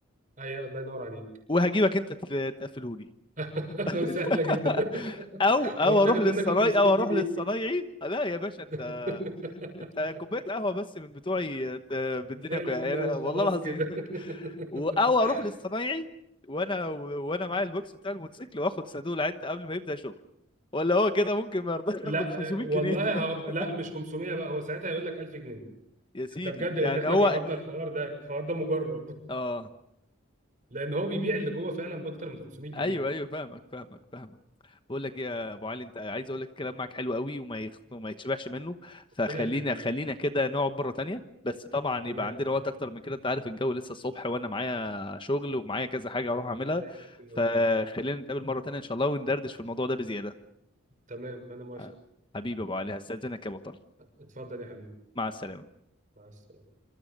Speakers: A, on the right (about 40°); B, on the left (about 25°).
A: اي الله ينور عليك
B: وهجيبك انت تقفله لي
A: <laughs> سهله
B: <laughs>
A: جدا <laughs>
B: او او
A: ومش
B: اروح
A: هاخد
B: للصنايعي
A: منك ال 500
B: او اروح
A: جنيه
B: للصنايعي لا يا باشا انت
A: <laughs>
B: انت كوبايه قهوه بس من بتوعي ت- بالدنيا
A: زي
B: كو...
A: الفل
B: يعني
A: قوي
B: والله
A: خلاص
B: العظيم
A: كده
B: <laughs> و-
A: <laughs>
B: او اروح للصنايعي وانا وانا معايا البوكس بتاع الموتوسيكل واخد صندوق العد قبل ما يبدا شغل ولا هو كده ممكن ما يرضاش
A: لا
B: ياخد ال 500
A: آه، والله
B: جنيه
A: هو... لا
B: <laughs>
A: مش 500 بقى هو ساعتها هيقول لك 1000 جنيه
B: يا سيدي
A: ده بجد لان
B: يعني
A: احنا
B: هو
A: جربنا الحوار ده الحوار ده مجرب
B: اه
A: لان هو بيبيع اللي جوه فعلا باكتر من 500 جنيه
B: ايوه ايوه فاهمك فاهمك فاهمك بقول لك ايه يا ابو علي انت عايز اقول لك الكلام معاك حلو قوي وما يخ... وما يتشبعش منه فخلينا
A: ربنا يخليك
B: خلينا
A: يا حبيبي
B: كده نقعد مره تانية بس طبعا
A: تمام
B: يبقى عندنا وقت اكتر من كده انت عارف الجو لسه الصبح وانا معايا شغل ومعايا كذا حاجه اروح
A: الله
B: اعملها
A: يعينك ويقويك
B: فخلينا نتقابل مره تانية ان شاء الله وندردش في الموضوع ده بزياده
A: تمام انا موافق
B: آه، حبيبي يا ابو علي هستاذنك يا بطل
A: اتفضل يا حبيبي
B: مع السلامه
A: مع السلامه